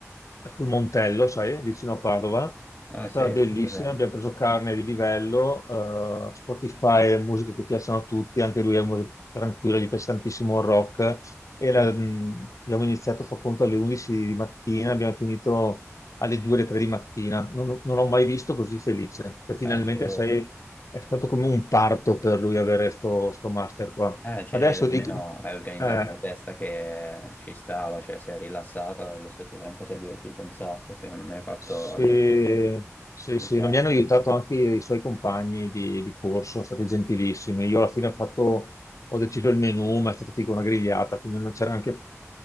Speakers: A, on the left; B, on the left.
A: sul Montello, sai, vicino a Padova.
B: Ah
A: È stata
B: sì,
A: bellissima,
B: per esempio,
A: abbiamo preso carne di livello, eh, Spotify, musiche che piacciono a tutti, anche lui è molto tranquillo, gli piace tantissimo il rock. E la-
B: sì.
A: mh, abbiamo iniziato, fa conto, alle 11 di mattina, abbiamo finito alle 2 o 3 di mattina. Non, non l'ho mai visto così felice. E finalmente
B: Eh, ci credo.
A: sei- è stato come un parto per lui avere sto, sto master qua.
B: Eh, ci
A: Adesso
B: credo, almeno
A: di,
B: hai organizzato
A: eh,
B: la testa che ci stava, cioè si è rilassata, allo stesso tempo si è divertito un sacco, secondo me hai fatto
A: Sì,
B: l'idea.
A: sì,
B: Ideale.
A: sì, ma mi hanno aiutato anche i suoi compagni di, di corso, sono stati gentilissimi. Io alla fine ho fatto, ho deciso il menù, ma è stata tipo una grigliata, quindi non c'era anche